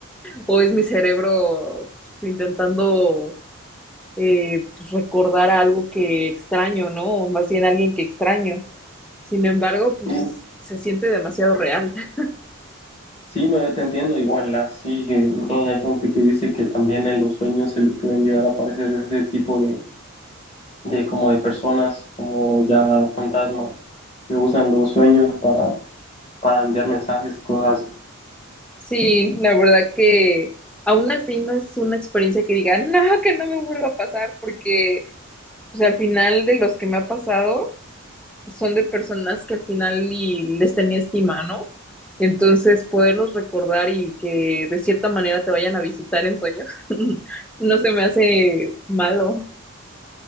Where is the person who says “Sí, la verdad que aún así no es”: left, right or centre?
Centre